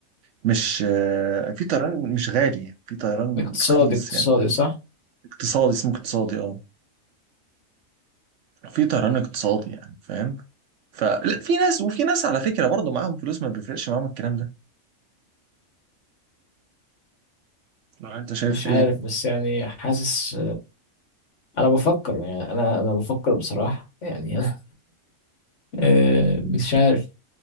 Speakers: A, on the right; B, on the left.
A: مش آه، في طيران مش غالي يعني في طيران
B: اقتصادي
A: رخيص
B: اقتصادي
A: يعني
B: صح
A: اقتصادي اسمه اقتصادي اه في طيران اقتصادي يعني فاهم فلا في ناس وفي ناس على فكرة برضه معاهم فلوس ما بيفرقش معاهم الكلام ده لو انت شايف
B: مش
A: ايه
B: عارف بس يعني حاسس انا بفكر يعني انا انا بفكر بصراحة يعني <laughs> انا آه، مش عارف